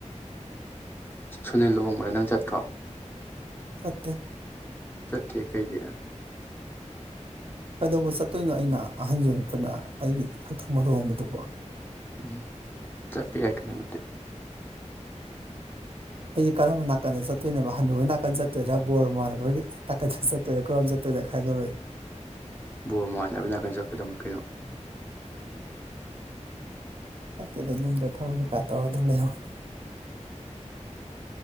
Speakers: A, on the left (about 15°); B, on the right (about 50°).
A: ꯁꯨꯅꯤꯜ ꯂꯨꯍꯣꯡꯕ꯭ꯔꯦ ꯅꯪ ꯆꯠꯇ꯭ꯔꯣ
B: ꯁꯠꯇ
A: ꯆꯠ ꯊ ꯀꯩꯒ
B: ꯀꯩꯗꯧꯕ ꯆꯠꯇꯣꯏꯅꯣ ꯑꯩꯅ ꯑꯍꯟꯁꯨ ꯅꯠꯇꯅ ꯑꯩꯒꯤ ꯏꯊꯛ ꯊꯣꯡꯕ ꯂꯨꯍꯣꯡꯕꯗꯨꯕꯨ
A: ꯎꯝ ꯆꯔꯄꯤꯤ ꯌꯥꯏ ꯀꯅꯅꯗꯤ
B: ꯑꯩꯁ ꯀꯔꯝꯕ ꯅꯥꯀꯟꯗ ꯆꯠꯇꯣꯏꯅꯣꯕ ꯍꯅꯨꯒꯤ ꯅꯥꯀꯟ ꯆꯠꯇꯣꯏꯔꯥ ꯕꯣꯔ ꯃꯥꯟꯥꯟꯕꯒꯤ ꯅꯥꯀꯟꯗ ꯆꯠꯇꯣꯏꯔꯥ ꯀꯔꯝꯕ ꯆꯠꯇꯣꯏꯔꯥ ꯈꯥꯏꯅꯔꯣꯏ
A: ꯕꯣꯔꯃꯥꯟ ꯍꯥꯏꯕ ꯅꯥꯀꯟꯁꯨ ꯀꯗ ꯀꯅꯣ
B: ꯆꯠꯇꯦꯗ ꯌꯨꯝꯗ ꯊꯕꯛ ꯀꯩꯀꯥ ꯇꯧꯔ ꯑꯗꯨꯝ ꯂꯩꯍꯧꯋꯦ